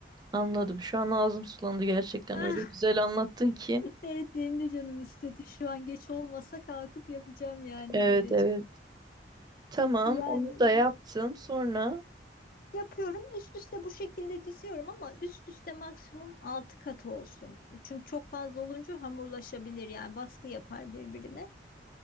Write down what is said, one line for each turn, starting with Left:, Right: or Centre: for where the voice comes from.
Right: anladım. Şu an ağzım sulandı gerçekten.
Left: Ah,
Right: Öyle güzel anlattın ki.
Left: <laughs> evet benim de canım istedi. Şu an geç olmasa kalkıp yapacağım yani
Right: Evet
Left: o derece.
Right: evet. Tamam
Left: Yani
Right: onu da yaptım.
Left: e,
Right: Sonra
Left: yapıyorum üst üste bu şekilde diziyorum ama üst üste maksimum 6 kat olsun. Çünkü çok fazla olunca hamurlaşabilir yani baskı yapar birbirine.